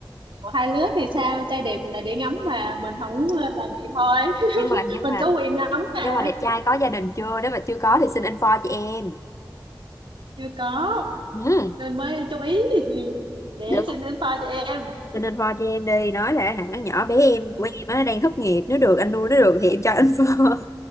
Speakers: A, on the right; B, on the left.
A: của hai lứa thì sao trai đẹp là để ngắm mà mình không ờ, làm gì thôi
B: nhưng
A: <laughs>
B: mà nhưng
A: mình
B: mà
A: có quyền ngắm mà
B: nhưng mà đẹp trai có gia đình chưa nếu mà chưa có thì xin info cho em
A: chưa có
B: ừ.
A: nên mới chú ý để
B: Được.
A: xin info cho em
B: xin info cho em đi nói là hả nhỏ bé em
A: ừ.
B: của em á đang thất nghiệp nếu được anh nuôi nó được thì em cho info